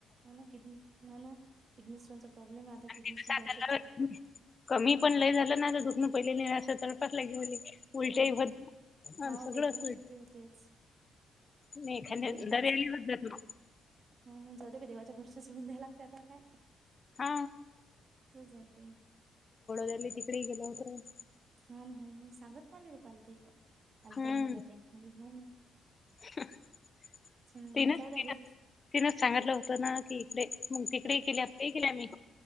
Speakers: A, on the right; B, on the left.
A: ह ना किडनी ह ना किडनी स्टोनचा प्रॉब्लेम आहे आता
B: आणि
A: किडनी
B: कसं
A: स्टोनच्या
B: आता
A: औषधचा.
B: कमी पण लय झालं ना तर दुखणं पहिलेलं नाही असं तर. लाे म्हले उलटे
A: हाव ना
B: भ
A: हाव
B: सगळं
A: ते एखांद
B: अस.
A: ते होतेच
B: नाही खा
A: बाई इलाज
B: दर्याली
A: कर
B: होद्ात ना.
A: हो जाऊदे बाई देवाच्या वरष सोडून द्याय लागते आता काय.
B: हा
A: तसंच आहे ते.
B: डले तिकडे गेल होत.
A: होा ना हो सांगत मले रूपाल तई आलत्या
B: हम्म
A: म्हणून त्या तई म्हण हो.
B: <unintelligible>
A: छान
B: तिनच
A: जाऊ द्या
B: तिन
A: होईल.
B: तिनच सांगितलं होतं ना की इकडे मग तिकडे केलेही केल्या म्ही.